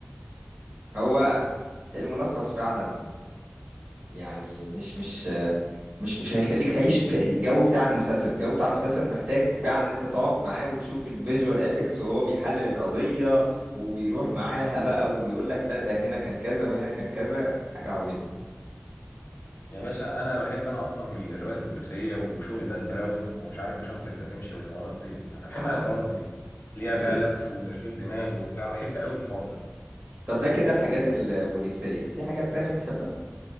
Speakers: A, on the right (about 50°); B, on the left (about 70°).
A: هو الملخص فعلا يعني مش مش مش مش هيخليك تعيش في الجو بتاع المسلسل الجو بتاع المسلسل محتاج فعلا ان انت تقعد معاه وتشوف الفيجوال افكتس وهو بيحلل القضية وبيروح معاها بقى ويقول لك لا ده هنا كان كذا وهنا كان كذا حاجة عظيمة
B: يا باشا انا بحب انا اصلا الروايات البوليسيه وشغل دان براون ومش عارف وشفرة دافنشي والحوارات ديت يعني أنا بحب
A: اه
B: انا الحوارات دي اللي هي
A: بس
B: فيها لف وتشغيل دماغ وبتاع بحب قوي الحوار ده
A: طب ده كده الحاجات البوليسية في حاجات تانية بتحبها؟